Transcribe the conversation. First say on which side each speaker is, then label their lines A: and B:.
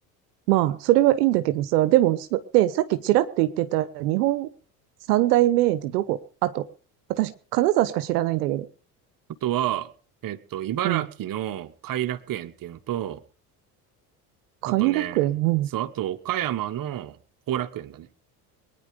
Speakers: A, on the right (about 75°); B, on the right (about 45°).
A: まあ、それはいいんだけどさ、でも、そで、さっきちらっと言ってた日本三大名園ってどこあと、私、金沢しか知らないんだけど。
B: あとは、えっと、茨城の偕楽園っていうのと、
A: うん。偕楽園うん。
B: あとね、そう、あと岡山の後楽園だね。